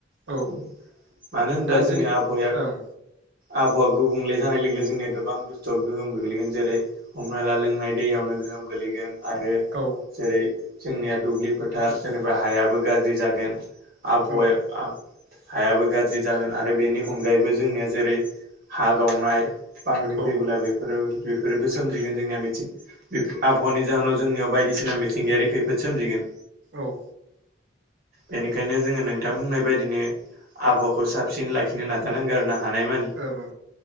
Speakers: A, on the right; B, on the right.
A: औ
B: <inaudible> मानो होनब्ला
A: दा
B: जोंनि
A: जों
B: आबहावाया
A: ओं
B: आबहावा गुबुंले जानाय लोगो लोगो जोंनिया गोबां बुस्थुव गोहोम गोग्लैगोन जेरै हमना ला लोंनाय दैयावनो गोहोम गोलैगोन आरो
A: औ
B: जेरै जोंनिया दुब्लि फोथार जेनेबा हायाबो गाज्रि जागोन आबहावाया
A: औ
B: आब हायाबो गाज्रि जागोन आरो बेनि अनगायैबो जोंनिया जेरै- हा गावनाय। बांग्रिं
A: औ
B: फैबोला बेफोरो बेफोरोबो सोमजिगोन जोंनिया मिथिं बे आबहावानि जाहोनाव जोंनियाव बायदिसिना मिथिंगायारि खैफोद सोमजिगोन।
A: ओं
B: बेनिखायनो जोङो नोंथां बुंनाय बायदिनो आबहावाखौ साबसिन लाखिनो नाजानांगोन आरो ना। हानायमानि
A: औ-औ।